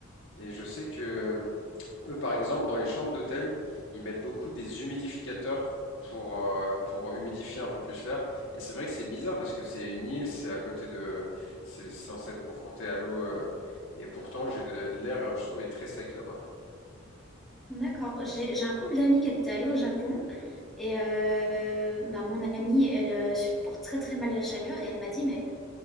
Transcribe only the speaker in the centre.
D'accord. J'ai, j'ai un couple d'amis qui étaient allés au Japon et euh, bah, mon amie, elle euh, supporte très très mal la chaleur et elle m'a dit, mais